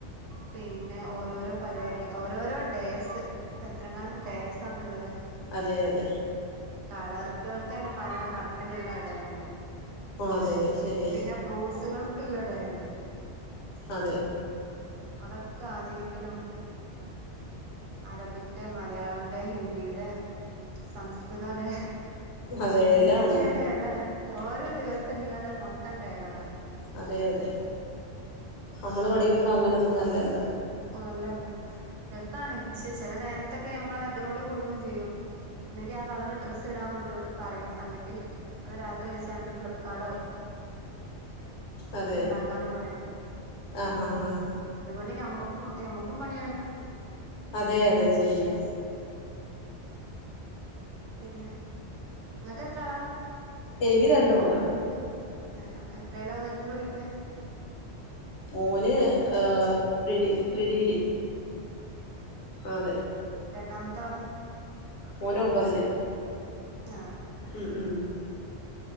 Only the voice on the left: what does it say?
അതെ അതെ
അതെ ശരിയാ
അതെ
അതെ എല്ലാം
ഉണ്ട്
അതെ അതെ നമ്മള് പഠിക്കുമ്പോ അങ്ങനെന്നും അല്ലല്ലോ
അതെ
ആഹ് ആഹ് ആഹ്
അതെ അതെ ശെരിയ
എനിക്ക് രണ്ട് മക്കള്.
ഓന് അഹ പ്രീഡഗിരി അതെ
മൂന് ഒമ്പതില്
ഉം ഉം